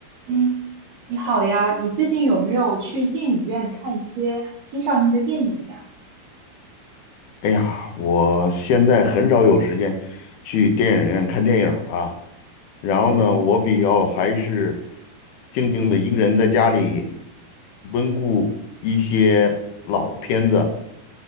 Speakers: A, on the right (about 60°); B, on the left (about 85°).
A: 嗯，你好呀，你最近有没有去电影院看一些新上映的电影呀？
B: 哎呀，我现在很少有时间去电影院看电影儿啊。然后呢，
A: 嗯
B: 我比较还是静静的一个人在家里温故一些老片子。